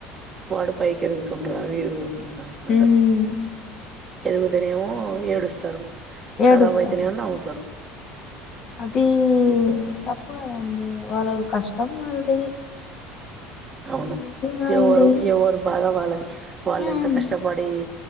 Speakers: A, on the right (about 15°); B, on the left (about 35°).
A: వాడు పైకి ఎదుకుతుండురా వీడుండ్రా ఉంటారు
B: మ్
A: ఎదుగుతేనేమో ఏడుస్తారు
B: ఏడుస్తారు
A: ఖరాబ్ అయితేనేమో నవ్వుతారు
B: అది తప్పు కదండి వాళ్ళు కష్టం వాళ్ళది
A: అవును
B: వాళ్ళది వాళ్ళది
A: ఎవరు ఎవరు బాధ వాళ్ళది వాళ్ళు ఎంత
B: మ్
A: కష్టపడి